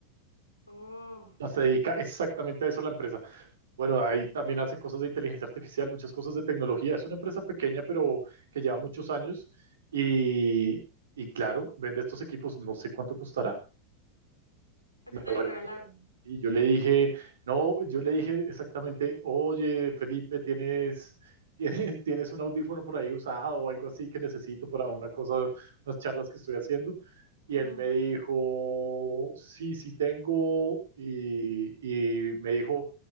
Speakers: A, on the left; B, on the right.
A: Oh,
B: O sea, Se dedica exactamente a eso la empresa. Bueno, ahí también hace cosas de inteligencia artificial, muchas cosas de tecnología. Es una empresa pequeña, pero que lleva muchos años y, y claro, vende estos equipos. No sé cuánto costará.
A: a
B: ¿Me
A: ti te
B: lo
A: lo regalaron.
B: regalas? Y yo le dije, no, yo le dije exactamente, oye, Felipe, tienes, <laughs> tienes, tienes un audífono por ahí usado o algo así que necesito para
A: Ujú,
B: una cosa, unas charlas que estoy haciendo. Y
A: ujú.
B: él me dijo, sí, sí tengo. Y, y me dijo,